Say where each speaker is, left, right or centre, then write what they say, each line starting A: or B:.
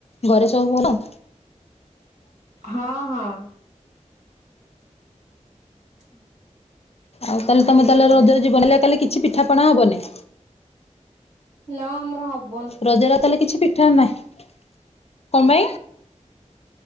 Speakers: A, on the left (about 55°); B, on the right (about 75°).
A: ଘରେ ସବୁ ଭଲ?
B: ହଁ -ହଁ <unintelligible> ହଁ
A: ଆଉ ତାହେଲେ
B: କ
A: ତମେ
B: ଯୋଉ
A: ତାହେଲେ ରଜରେ ଯିବନି, କାଲି କିଛି ପିଠାପଣା ହବନି?
B: ନା ଆମର ହବ୍
A: ରଜରେ ଆଉ ତାହେଲେ କିଛି ପିଠା ନାହିଁ, କଣ ପାଇଁ?